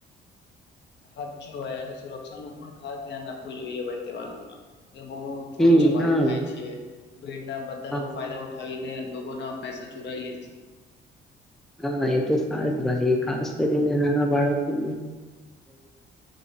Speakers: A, on the left; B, in the centre.
A: <unintelligible> <inaudible> સાચું હોય, અને સુરક્ષાનુ પણ ખાસ ધ્યાન રાખવું જોઈએ, ભાઈ તહેવારોમા કે બહુ ચોરી
B: હમ
A: ચમારી
B: હા
A: થાય
B: ભાઈ
A: છે, ભીડના બધા
B: હા
A: લોકો ફાયદા ઉઠાવી લોકો ના પૈસા ચોરાય લે છે.
B: હા, એ તો ખાસ ભાઈ એ ખાસ કરીને નાના બાળકો